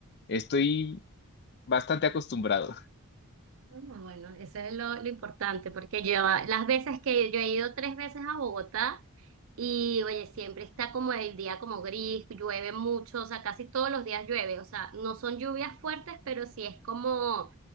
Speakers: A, on the left; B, on the right.
A: estoy bastante acostumbrado.
B: Bueno, bueno, eso es lo, lo importante, porque yo las veces que yo he ido tres veces a Bogotá, Y oye, siempre está como el día como gris, llueve mucho, o sea, casi todos los días llueve, o sea, no son lluvias fuertes, pero sí es como,